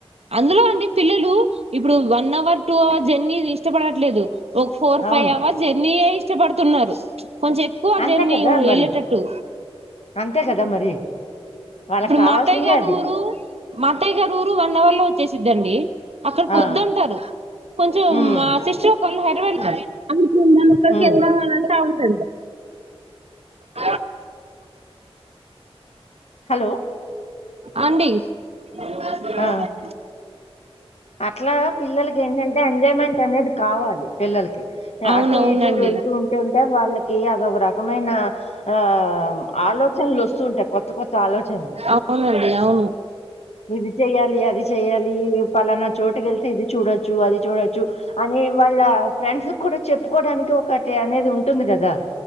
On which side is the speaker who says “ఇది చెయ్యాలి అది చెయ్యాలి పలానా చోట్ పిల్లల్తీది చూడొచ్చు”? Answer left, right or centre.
Left